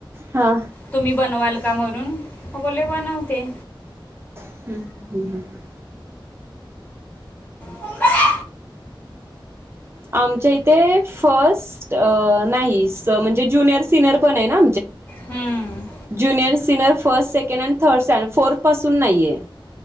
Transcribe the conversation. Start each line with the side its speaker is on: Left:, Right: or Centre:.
Right: हा
Left: तुम्ही बनवाल का, म्हणून? बोले बनवते.
Right: हम्, हम, ह, ह.
Left: मम्मे
Right: आमच्या इथे फर्स्ट नाही म्हणजे ज्युनियर सिनियर पण आहे ना
Left: हम्म.
Right: Junior senior first second and third stand fourth पासून नाहीये